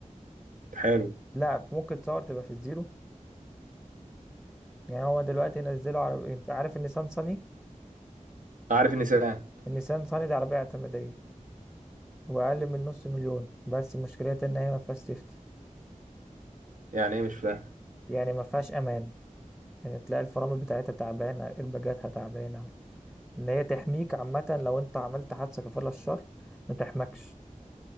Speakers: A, on the right (about 80°); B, in the centre.
A: حلو
B: لا ممكن تصور تبقى في الزيرو يعني هو دلوقتي نزلوا عربية انت عارف النيسان صني
A: عارف النساء
B: النيسان صني دي عربية اعتمادية وأقل من نص مليون بس مشكلتها إن هي ما فيهاش سيفتي
A: يعني ايه مش فاهم
B: يعني ما فيهاش أمان يعني تلاقي الفرامل بتاعتها تعبانة إرباجاتها تعبانة إن هي تحميك عامة لو أنت عملت حادثة كفر الله الشر ما تحمكش